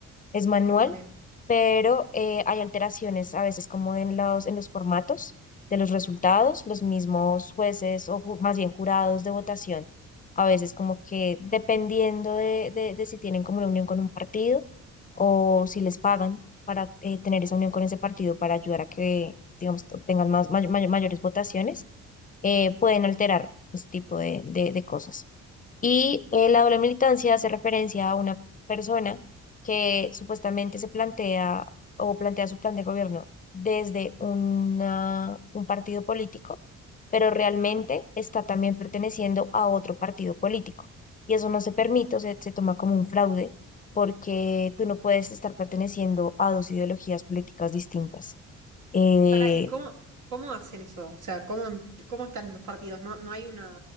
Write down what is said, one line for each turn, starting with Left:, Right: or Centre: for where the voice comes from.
Left: es manual,
Right: Sí, acá también.
Left: pero eh, hay alteraciones a veces como en los, en los formatos de los resultados, los mismos jueces o ju- más bien jurados de votación, a veces como que dependiendo de, de- de si tienen como una unión con un partido o si les pagan para eh, tener esa unión con ese partido para ayudar a que, digamos, tengan más, may- may- mayores votaciones eh, pueden alterar ese tipo de, de- de cosas. Y eh, la doble militancia hace referencia a una persona que supuestamente se plantea o plantea su plan de gobierno desde una- un partido político, pero realmente
Right: Ujú.
Left: está también perteneciendo a otro partido político. Y eso no se permite, o sea, se toma como un fraude porque tú no puedes estar perteneciendo a dos ideologías políticas distintas. Eh,
Right: Para, ¿y cómo, cómo hacen eso? O sea, ¿cómo, cómo están en dos partidos? ¿No, no hay un